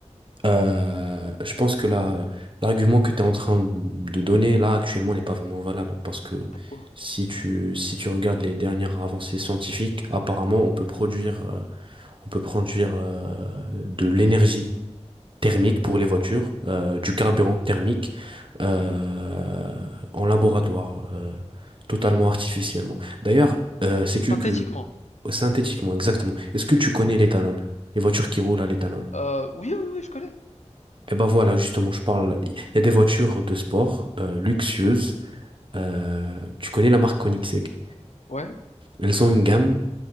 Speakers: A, on the right (about 45°); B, on the left (about 70°).
A: Euh, je pense que là, l'argument que tu es en train de donner là actuellement n'est pas vraiment valable parce que
B: Pourquoi?
A: si tu, si tu regardes les dernières avancées scientifiques, apparemment on peut produire, euh, on peut produire euh, de l'énergie thermique
B: Oui,
A: pour les voitures, euh, du carburant thermique euh,
B: ouais.
A: en laboratoire, euh, totalement artificiellement. D'ailleurs, euh, sais-tu
B: Synthétiquement.
A: que, euh, synthétiquement, exactement, est-ce que tu connais l'éthanol, les voitures qui roulent à l'éthanol?
B: Euh, oui, oui, oui, je connais.
A: Et ben voilà, justement, je parle. Il y a des voitures de sport euh, luxueuses. Euh, tu connais la marque Koenigsegg.
B: Ouais,
A: Elles ont une gamme.